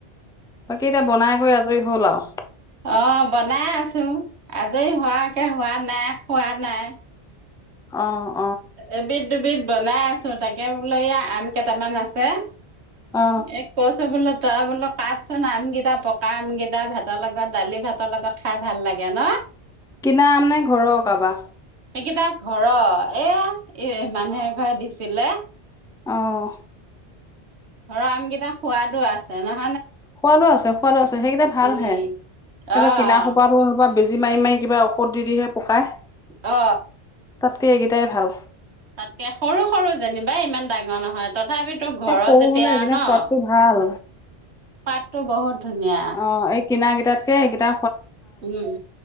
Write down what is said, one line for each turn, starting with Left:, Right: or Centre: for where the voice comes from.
Centre: বাকী এতিয়া বনাই কৰি আজৰি হ'ল আউ?
Right: অ বনাই আছোঁ আজৰি হোৱাকে হোৱা নাই হোৱা নাই।
Centre: অহ।
Right: এবিধ দুবিধ বনাই আছোঁ তাকে বোলে এয়া আম কেইটামান আছে।
Centre: অ
Right: এক পচবলত তই বোলোঁ কাটচোন আমকেইটা পকা আমকেইটা ভাতৰ লগত দালি ভাতৰ লগত খাই ভাল লাগে ন।
Centre: কিনা আম নে ঘৰৰ কাবা?
Right: সেইকেইটাৰ ঘৰ এয়া এ মানুহে এ ঘৰে দিছিলে।
Centre: অহ
Right: ধৰা আমকেইটা সোৱাদো আছে ন
Centre: সোৱাদো আছে সোৱাদো আছে সেইকেইটা ভাল
Right: উম
Centre: হে সেইবা
Right: অ'
Centre: কিনা সোপাতো সে সোপা বেজি মাৰি মাৰি কিবা ঔষধ দি দিহে পকাই
Right: অ
Centre: তাতকে এইকেইটাই ভাল
Right: তাতকে সৰু সৰু যেনিবা ইমান ডাঙৰ নহয় তথাপি তোৰ ঘৰত
Centre: এই সৰু
Right: যেতিয়া
Centre: হলে
Right: ন
Centre: এইকেইটা সোৱাদটো
Right: সোৱাদটো
Centre: ভাল
Right: বহুত ধুনীয়া
Centre: অ এই কিনা কেইটাতকে সেইকেইটা
Right: উম